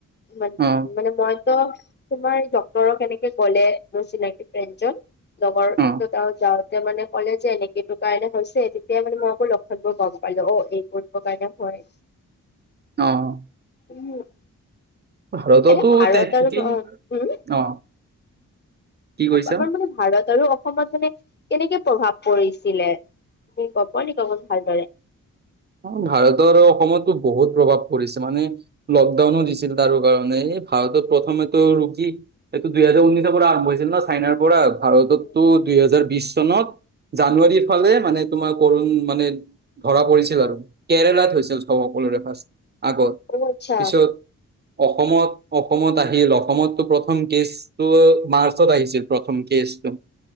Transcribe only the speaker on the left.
মা-মানে
মই ত' তোমাৰ ডক্টৰক এনেকে গ'লে, মোৰ চিনাকি ফ্ৰেডজন, লগৰ
ত' যাওঁতে মানে ক'লে যে এনেকে এটো কাৰণে হৈছে, তেতিয়া মানে মই আকৌ লক্ষণ বোৰ গম পালো, অ' এই <inaudible> কাৰণে হয়।
উ,
এই ভাৰত
অ', ও
হ'ব, আমাৰ মানে ভাৰত আৰু অসমত মানে কেনেকে প্ৰভাৱ পৰিছিলে, তুমি গম নেকি অলপ ভালদৰে?
উম, উম, উম,
অ আচ্ছা